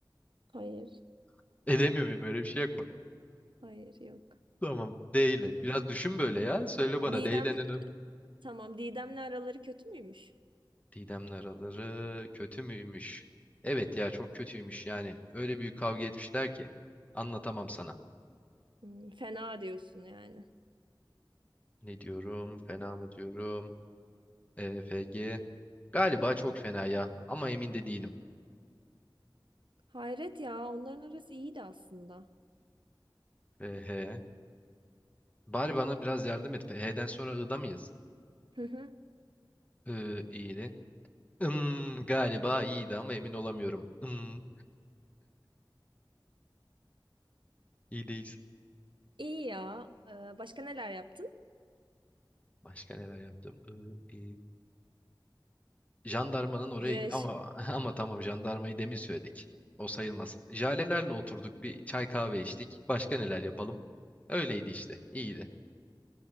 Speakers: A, on the right; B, on the left.
A: hayır.
B: <laughs> Edemiyor muyum öyle bir şey yok mu?
A: Hayır yok.
B: Tamam D ile. Biraz düşün böyle ya. Söyle bana
A: Didem
B: D ile ne? ne?
A: tamam. Didem'le araları kötü müymüş?
B: Didem'le araları kötü müymüş? Evet ya çok kötüymüş yani. Öyle büyük kavga etmişler ki. Anlatamam sana.
A: Hmm, fena diyorsun yani.
B: Ne diyorum? Fena mı diyorum? EFG. Galiba çok fena ya ama emin de değilim.
A: Hayret ya. Onların arası iyiydi aslında.
B: FH. Bari bana biraz yardım et. F, H'den sonra I'da mıyız?
A: <laughs>
B: I, iyiydi. Im, galiba iyiydi ama emin olamıyorum. Im, iyideyiz.
A: İyi ya. Ee, başka neler yaptın?
B: Başka neler yaptım? I, iyi. Jandarmanın oraya
A: Jej.
B: git- ama <laughs> ama tamam jandarmayı demin söyledik. O sayılmasın. Jalelerle oturduk bir çay kahve içtik. Başka neler yapalım? Öyleydi işte. İyiydi.